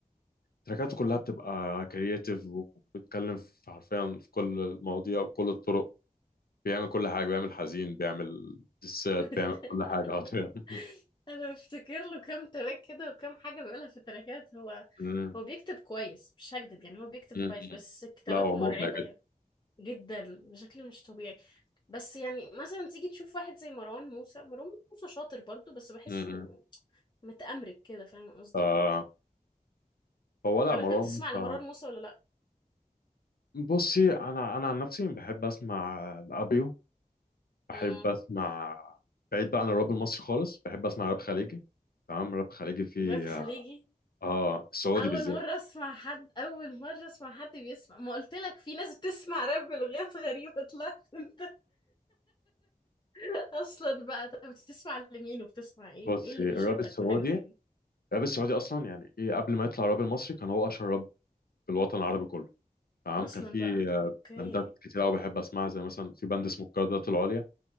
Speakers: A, on the left; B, on the left.
A: تراكاته كلها بتبقى كرياتيف وبتتكلم في حرفيا في كل المواضيع وكل الطرق بيعمل كل حاجة بيعمل حزين بيعمل دسات
B: <laughs>
A: بيعمل كل حاجة حرفيا <laughs>
B: أنا بفتكر له كام تراك كده وكام حاجة بيقولها في التراكات هو
A: مم.
B: هو بيكتب كويس مش هكدب يعني هو بيكتب
A: مم.
B: كويس بس كتابات
A: لا هو
B: مرعبة
A: مبدع
B: يعني
A: جدا
B: جدا بشكل مش طبيعي بس يعني مثلا تيجي تشوف واحد زي مروان موسى مروان موسى شاطر برضو بس بحسه
A: مم.
B: متأمرك كده فاهم قصدي
A: آه هو لا
B: طب
A: مروان
B: انت بتسمع
A: موسى
B: لمروان موسى ولا لا
A: بصي انا انا عن نفسي بحب اسمع الابيو بحب
B: امم
A: اسمع بعيد بقى عن الراب المصري خالص بحب اسمع راب خليجي تمام راب خليجي في
B: راب خليجي
A: اه السعودي
B: اول
A: بالذات
B: مره اسمع حد اول مره اسمع حد بيسمع ما قلت لك في ناس بتسمع راب بلغات غريبه طلعت انت <laughs> اصلا بقى طب بتسمع لمين وبتسمع ايه
A: بصي
B: وايه اللي
A: الراب
B: بيشدك
A: السعودي
B: في حاجه زي دي
A: الراب السعودي اصلا يعني ايه قبل ما يطلع الراب المصري كان هو اشهر راب في الوطن العربي كله تمام
B: اصلا
A: كان في
B: بقى
A: آه،
B: اوكي
A: باندات كتير قوي بحب اسمعها زي مثلا في باند اسمه القيادات العليا